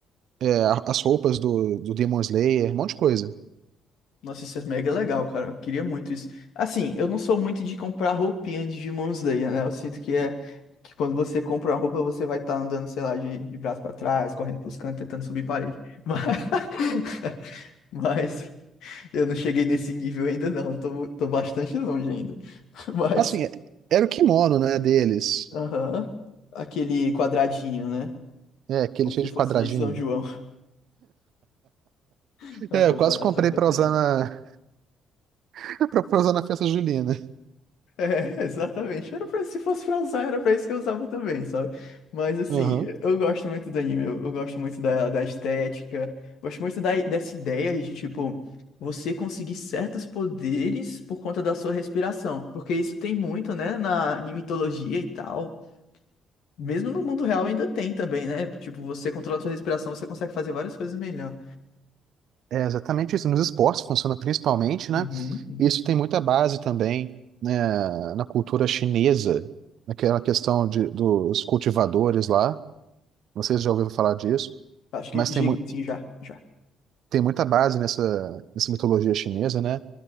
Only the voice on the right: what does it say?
é, a- as roupas do, do Demon Slayer, um monte de coisa.
Assim, é, era o kimono, né, deles.
É, aquele
cheio
de
quadradinho.
É,
eu quase comprei
pra
usar na <laughs> pra pra usar na festa julina.
Uhum.
É exatamente isso. Nos esportes funciona principalmente, né?
Isso tem muita base também, né, na cultura chinesa, naquela questão de, dos cultivadores lá. Não sei se já ouviu falar disso,
mas tem,
mu
tem muita base nessa, nessa mitologia chinesa, né?